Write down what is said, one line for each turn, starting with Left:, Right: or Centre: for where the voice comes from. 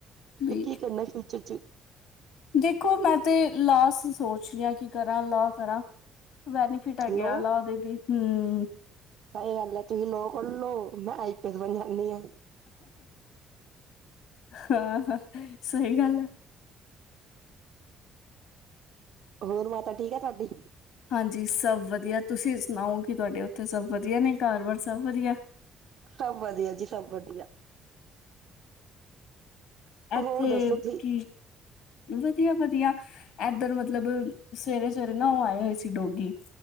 Left: ਵੀ
Right: ਤੇ ਕੀ ਕਰਨਾ ਫਿਊਚਰ ਚ
Left: ਦੇਖੋ ਮੈਂ ਤੇ ਲਾ ਸੋਚ ਰੀ ਆ ਕਿ ਕਰਾਂ ਲਾ ਕਰਾ ਬੈਨੀ ਫਿਟ ਹੈਗੇ
Right: ਲੋ
Left: ਆ ਲਾ ਦੇ ਵੀ ਹੂੰ।
Right: ਸਹੀ ਗੱਲ ਹੈ ਤੁਸੀਂ ਲੋ ਕਰਲ ਲੋ ਮੈਂ ਆਈ ਪੀ ਐਸ ਬਣ ਜਾਂਣੀ ਆ।
Left: ਹਾਂ ਸਹੀ ਗੱਲ ਐ।
Right: ਹੋਰ ਮਾਤਾ ਠੀਕ ਆ ਤਾਡੀ?
Left: ਹਾਂਜੀ ਸਭ ਵਧੀਆ ਤੁਸੀਂ ਸੁਨਾਓ ਕਿ ਤੁਆਡੇ ਉੱਥੇ ਸਭ ਵਧੀਆ ਨੇ ਕਾਰ ਬਾਰ ਸਭ ਵਧੀਆ
Right: ਸਭ ਵਧੀਆ ਜੀ-ਸਭ ਵਧੀਆ।
Left: ਐਥੇ
Right: ਹੋਰ ਦੱਸੋ ਜੀ
Left: ਕੀ ਵਧੀਆ-ਵਧੀਆ ਐਧਰ ਮਤਲਬ ਸਵੇਰੇ-ਸਵੇਰੇ ਨਾ ਓ ਆਏ ਹੋਏ ਸੀ ਡੋਗੀ